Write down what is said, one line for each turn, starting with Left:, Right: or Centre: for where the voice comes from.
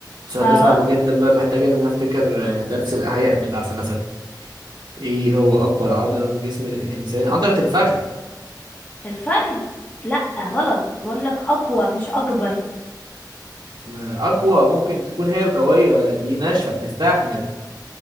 Right: السؤال
Left: آه
Right: ده صعب جدا بقى محتاج ان انا افتكر آه، درس الاحياء بتاع سنة ستة ايه هو اكبر عضلة في جسم الانسان عضلة الفخذ
Left: الفخذ لأ غلط بقول لك أقوى مش أكبر
Right: ما اقوى ممكن تكون هي القوية دي ناشفة بتستحمل